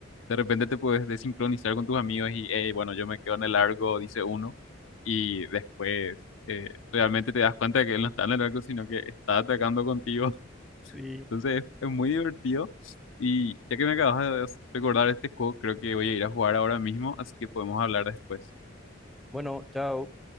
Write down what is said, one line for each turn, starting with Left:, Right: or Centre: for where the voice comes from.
Left: de repente te puedes desincronizar con tus amigos y, "Ey, bueno, yo me quedo en el largo, dice uno, y después eh, realmente te das cuenta de que él no está en el largo, sino que está atacando contigo. <laughs>
Centre: Sí.
Left: Entonces es muy divertido. Y ya que me acabas de recordar este juego, creo que voy a ir a jugar ahora mismo, así que podemos hablar después.
Centre: Bueno, chao.